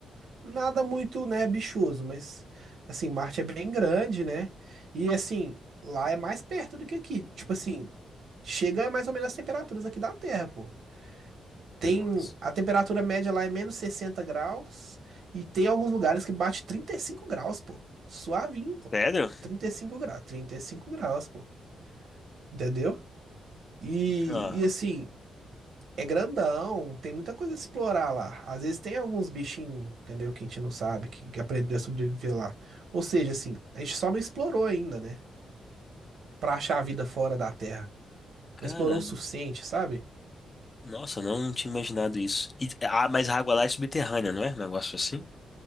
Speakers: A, on the right; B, on the left.
A: Nada muito, né, bichoso, mas assim, Marte é bem grande, né? E assim, lá é mais perto do que aqui. Tipo assim, chega mais ou menos as temperaturas aqui da Terra, pô. Tem
B: Nossa.
A: a temperatura média lá é menos 60 graus e tem alguns lugares que bate 35 graus, pô. Suavinho, pô.
B: Sério?
A: trinta e cinco graus, 35 graus, pô. Entendeu? E,
B: Ah,
A: e assim, é grandão, tem muita coisa a explorar lá. Às vezes tem alguns bichinhos, entendeu? Que a gente não sabe, que, que aprendeu a sobreviver lá. Ou seja, assim, a gente só não explorou ainda, né? Pra achar a vida fora da Terra.
B: cara,
A: Não explorou o suficiente, sabe?
B: nossa, não tinha imaginado isso. E- ah, mas a água lá é subterrânea, não é? Um negócio assim?